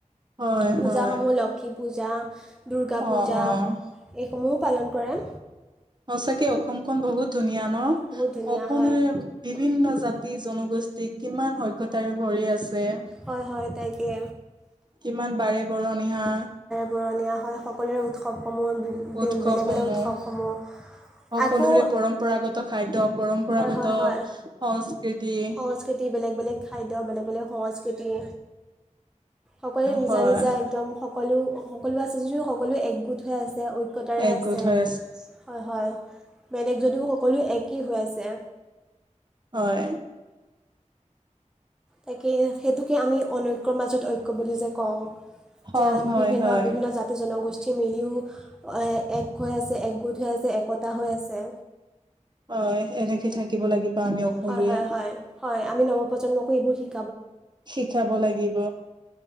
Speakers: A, on the right (about 35°); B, in the centre.
A: হয়
B: পূজাসমূহ
A: হয়
B: লক্ষী পূজা দুৰ্গা
A: অ
B: পূজা
A: অ
B: এইসমূহো পালন কৰে
A: সচাকে অসমখন বহুত ধুনীয়া ন
B: বহুত ধুনীয়া
A: অকলোৱে
B: হয়
A: বিভিন্ন জাতি জনগোষ্ঠ কিমান সক্তাৰে ভৰি আছে
B: হয় হয় তাকে
A: কিমান বাৰে কৰ নিহা
B: পৰণীয়া হয় সকলোৰে উৎসৱসমূহ বেলেগ
A: উৎসৱসমূহ
B: বেলেগ উৎসৱসমূহ
A: সকলোৰে
B: আকৌ
A: পৰম্পৰাগত খাদ্যয় পৰম্পৰাগত
B: হয় হয় হয়
A: সংস্কৃতি
B: সংস্কৃতি বেলেগ বেলেগ খাদ্য বেলেগ বেলেগ সস্কৃতিয়ে সকলোৱে নিজা
A: হয়
B: নিজা একদম সকলো সকলো আছে যদিও সকলো একগোট হৈ আছে ঐক্যতাৰে
A: একগোট
B: আছে
A: হৈ
B: হয় হয় বেলেগ যদিও সকলো একেই হৈ আছে
A: হয়
B: তাকে সেইটোকে আমি অনৈক্যৰ মাজত ঐক্য বুলি যে কওঁ
A: হয় হয়
B: বিভিন্ন
A: হয়
B: বিভিন্ন জাতি জনগোষ্ঠী ঠি মিলিও এক হৈ আছে একগোট হৈ আছে একতা হৈ আছে
A: হয় এনেকে থাকিব লাগিব আমি সকলোৱে
B: হয় হয় হয় হয় আমি নৱপ্ৰজন্মকো এইবোৰ শিকো
A: শিকাব লাগিব